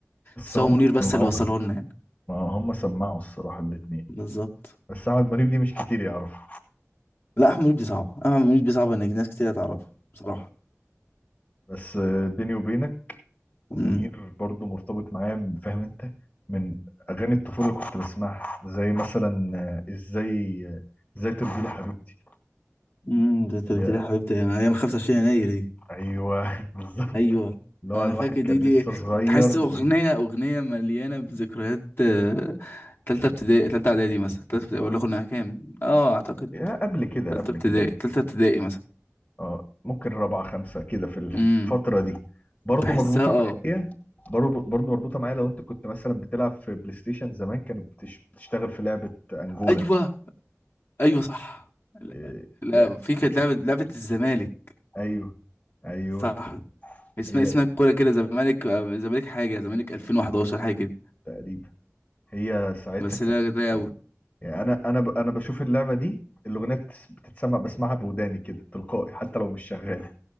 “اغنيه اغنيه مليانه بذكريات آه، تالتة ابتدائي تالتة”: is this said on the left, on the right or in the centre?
Left